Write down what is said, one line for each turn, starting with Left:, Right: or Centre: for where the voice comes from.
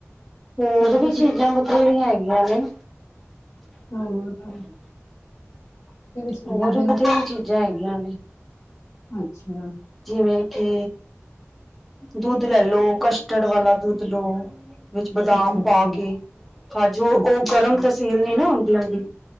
Centre: ਹੋਰ
Left: ਸਰਦੀ
Centre: ਵੀ ਚੀਜਾਂ
Left: ਚ ਨੀ
Centre: ਬਥੇਰੀਆਂ ਹੈਗੀਆਂ ਨੇ
Left: ਹੂੰ ਕੇਹੜੀ ਚੀਜ
Centre: ਹੋਰ
Left: ਆ ਫੇਰ ਵੀ
Centre: ਬਥੇਰੀ
Left: ਦੱਸ
Centre: ਚੀਜ਼ਾਂ ਹੈਗੀਆਂ ਨੇ
Left: ਅੱਛਾ
Centre: ਜਿਵੇਂ ਕਿ ਦੁੱਦ ਲੈ ਲੋ ਕਸਟਰਡ ਵਾਲਾ ਦੁੱਦ ਲੋ ਵਿੱਚ ਬਦਾਮ
Left: ਅੱਛਾ, ਅੱਛਾ।
Centre: ਪਾ ਕੇ। ਕਾਜੂ, ਓਹ
Left: ਅੱਛਾ, ਅੱਛਾ
Centre: ਗਰਮ ਤਸੀਲ ਨਹੀਂ ਨਾ ਹੋਂਦੀ ਓਦੀ